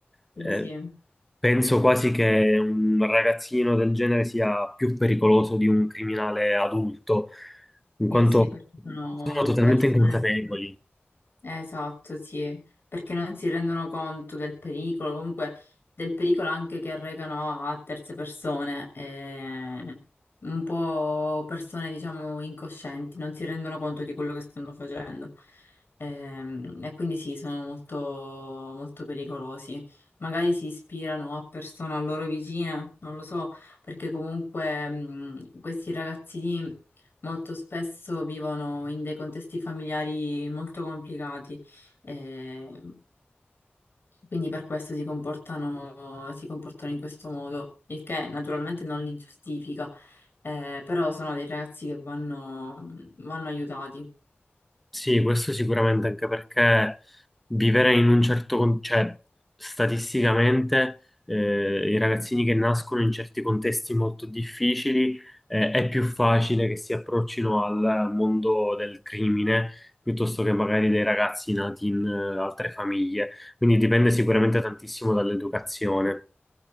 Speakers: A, in the centre; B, on the left.
A: Eh,
B: sì, sì,
A: penso quasi che un ragazzino del genere sia più pericoloso di un criminale adulto, in
B: sì,
A: quanto
B: sì, perché sono
A: sono totalmente
B: persone...
A: inconsapevoli.
B: Eh, Esatto, sì, perché non si rendono conto del pericolo, comunque del pericolo anche che arrecano a terze persone, eh, un po' persone diciamo incoscienti, non si rendono conto di quello che stanno facendo. Ehm, E, quindi sì, sono molto, molto pericolosi. Magari si ispirano a persone a loro vicine, non lo so, perché comunque mh, questi ragazzini molto spesso vivono in dei contesti familiari molto complicati, eh, quindi per questo si comportano, si comportano in questo modo, il che naturalmente non li giustifica, eh, però sono dei ragazzi che vanno, vanno aiutati.
A: Sì, questo sicuramente anche perché vivere in un certo, con- cioè statisticamente eh, i ragazzini che nascono in certi contesti molto difficili eh, è più facile che si approccino al mondo del crimine piuttosto che magari dei ragazzi nati in eh, altre famiglie. Quindi dipende sicuramente tantissimo dall'educazione.